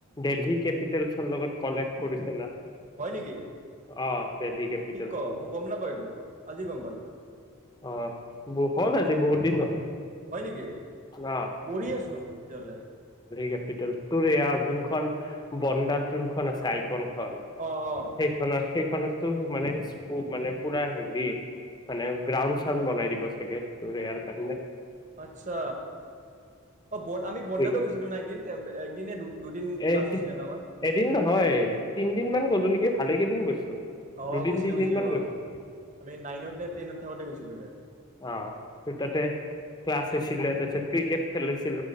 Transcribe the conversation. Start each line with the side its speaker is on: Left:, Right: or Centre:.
Left: দেলহী কেপিটেলছৰ লগত কলেপ কৰিছে না
Right: হয় নেকি
Left: অ দেলহি কেপিটেলছৰ
Right: কি ক
Left: লগত
Right: মই গম নাপাওঁ এইতটো আজি গম পালো
Left: অ' হ'ল আজি বহুত দিন হল
Right: হয় নেকি
Left: আহ
Right: বঢ়িয়াচোন তেতিয়াহ'লে
Left: কেপিিতেল তোৰ ৰেয়া আব্দুল বন্দাৰ যোনখন আছে আইকন স
Right: অ' অ'
Left: সেইখন সেইখনত মানে স্কোপ মানে পুৰা হেৰি মানে গ্ৰাউণ্ড চাউণ্ড বনাই দিব চাগে তোৰ ইয়াৰ কাৰণে
Right: আচ্ছা অ ব আমি বন্ধতে
Left: ক্ৰিকেট
Right: গৈছিলো ন একদিন একদনে দুদিন ক্লাছ
Left: এদি
Right: হৈছিলে ন আমাৰ
Left: এদিন নহয় তিনদিন মান গ'লো নেকি ভালে কেইদিন গৈছো
Right: অঁ
Left: দুদিন
Right: অঁ গৈছিলো
Left: তিনদিন
Right: গৈছিলো
Left: মান
Right: অ' আমি নাইনত নে টেনত থাকোতে গৈছিলো দে
Left: অঁ তোৰ ততে ক্লছ আছিল তাৰপিছত ক্ৰিকেট খেলিছো